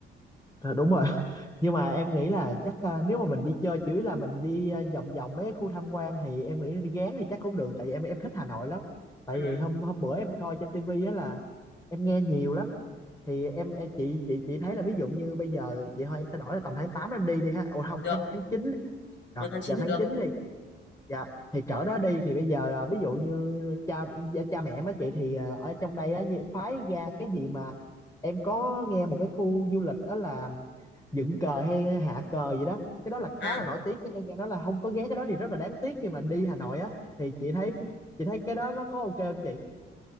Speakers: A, on the left; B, on the left.
A: Rồi, đúng rồi <laughs> nhưng mà em nghĩ là chắc à, nếu mà mình đi chơi chỉ là mình đi à, vòng vòng mấy cái khu tham quan thì em nghĩ đi Gán thì chắc cũng được tại vì em em thích Hà Nội lắm tại
B: ừ
A: vì hôm hôm bữa em coi trên tivi á là em nghe nhiều lắm thì em, em chị chị chị thấy là ví dụ như bây giờ vậy thôi em sẽ đổi là tầm tháng 8 em đi đi ha ồ không
B: được
A: tháng tháng 9, đi. Đó,
B: được tháng 9
A: giờ
B: thì
A: tháng
B: được
A: 9 đi Dạ thì cỡ đó đi thì bây giờ à, ví dụ như cha gia- cha mẹ má chị thì à, ở trong đây á như phái ra cái gì mà em có nghe một cái khu du lịch đó là dựng cờ hay hạ cờ gì đó cái đó là
B: à
A: khá là nổi tiếng nha em nghe nói là không có ghé cái đó thì rất là đáng tiếc khi mà đi Hà Nội á thì chị thấy chị thấy cái đó nó có ok không chị